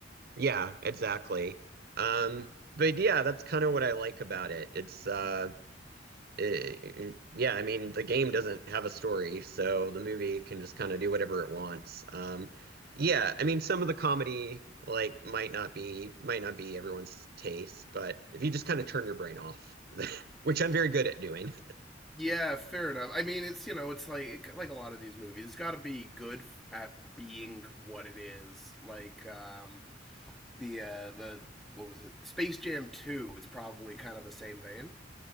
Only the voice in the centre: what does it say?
Yeah, fair enough. I mean, it's you know, it's like like a lot of these movies. It's got to be good at being what it is. Like um, the uh, the what was it? Space Jam Two is probably kind of the same vein.